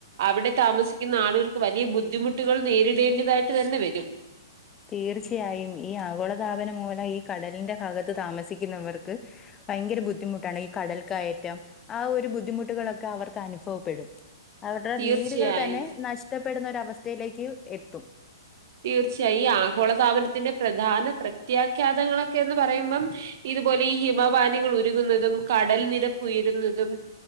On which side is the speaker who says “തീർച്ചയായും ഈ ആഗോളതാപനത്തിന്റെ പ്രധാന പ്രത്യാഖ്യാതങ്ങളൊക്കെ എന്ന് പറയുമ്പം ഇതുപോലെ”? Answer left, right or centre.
Right